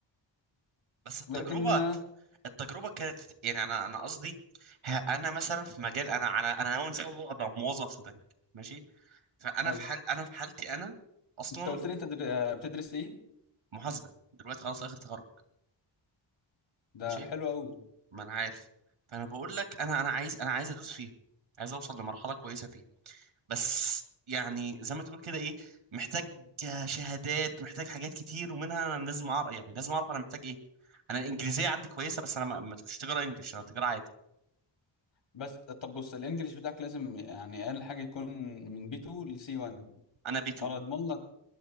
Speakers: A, on the right; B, on the left.
A: بس التجربة
B: لكن آه،
A: التجربة كانت يعني انا انا قصدي ه- انا مثلا في مجال انا انا انا ناوي ان شاء الله ابقى موظف في بنك ماشي فانا
B: حلو
A: في حال انا في حالتي انا اصلا
B: انت قلت لي انت در- آه، بتدرس ايه
A: محاسبة دلوقتي خلاص اخر تخرج
B: ده
A: ماشي
B: حلو قوي
A: ما انا عارف فانا بقول لك انا انا عايز انا عايز ادوس فيها عايز اوصل لمرحلة كويسة فيها بس يعني زي ما تقول كده ايه محتاج شهادات محتاج حاجات كتير ومنها انا لازم اعرف يعني لازم اعرف انا محتاج ايه انا الانجليزيه عندي كويسه بس انا ما ما- مش تجاره انجلش انا تجاره عادي
B: بس طب بص الانجليش بتاعك لازم يعني اقل حاجه يكون من بي 2 لسي 1
A: انا بي 2
B: ولا اضمن